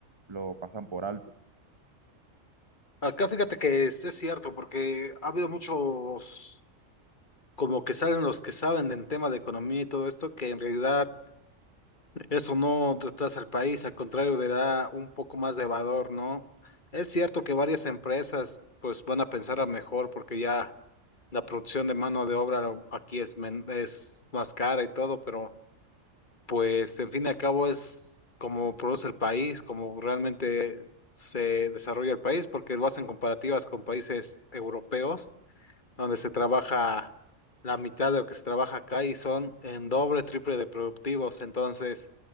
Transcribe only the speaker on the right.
lo pasan por alto.